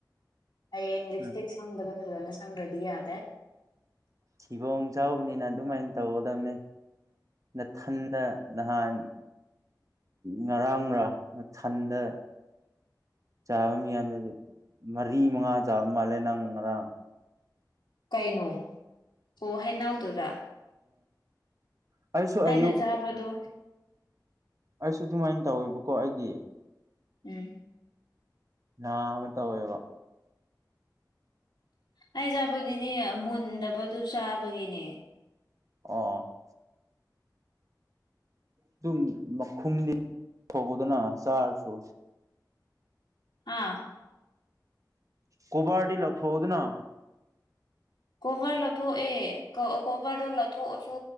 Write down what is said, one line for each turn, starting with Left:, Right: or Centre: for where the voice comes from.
Left: ꯍꯌꯦꯡ ꯂꯤꯞꯁꯇꯤꯛ
Right: ꯎꯝ
Left: ꯁꯪꯕꯗ ꯐꯖꯅ ꯁꯪꯈ꯭ꯔꯗꯤ ꯌꯥꯗꯦ
Right: ꯐꯤꯕꯣꯡ ꯆꯥꯎꯕꯅꯤꯅ ꯑꯗꯨꯃꯥꯏꯅ ꯇꯧꯒꯗꯕꯅꯤ ꯅꯊꯟꯗ ꯅꯍꯥꯟ ꯉꯔꯥꯡꯒꯥꯊꯟꯗ ꯆꯥꯕꯝ ꯌꯥꯗꯗꯤ ꯃꯔꯤ ꯃꯉꯥ ꯆꯥꯕ ꯃꯥꯜꯂꯦ ꯅꯪ ꯉꯔꯥꯡ
Left: ꯀꯩꯅꯣ ꯑꯣ ꯍꯥꯏꯅꯥꯎꯗꯔꯥ
Right: ꯎꯝ ꯑꯩꯁꯨ
Left: ꯑꯩꯅ
Right: ꯑꯌꯨꯛ
Left: ꯆꯥꯕꯗꯣ
Right: ꯑꯩꯁꯨ ꯑꯗꯨꯃꯥꯏꯅ ꯇꯧꯋꯦꯕꯀꯣ ꯑꯩꯒꯤ
Left: ꯎꯝ
Right: ꯅ ꯑꯃ ꯇꯧ ꯑꯣꯏꯋꯦꯕ
Left: ꯑꯩ ꯆꯥꯕꯨꯗꯤꯗꯤ ꯃꯨꯟꯗꯕꯗꯨ ꯆꯥꯕꯒꯤꯅꯦ꯫
Right: ꯑꯣ꯫ ꯑꯗꯨꯝ ꯃꯈꯨꯝꯗꯤ ꯐꯧꯒꯣꯗꯅ ꯆꯥꯔꯁꯨ꯫
Left: ꯑꯥ꯫
Right: ꯀꯣꯕꯥꯔꯗꯤ ꯂꯧꯊꯣꯛꯑꯣꯗꯨꯅ꯫
Left: ꯀꯣꯚꯔ ꯂꯧꯊꯣꯛꯑꯦ ꯀꯣꯚꯔꯗꯣ ꯂꯧꯊꯣꯛꯑꯁꯨ꯫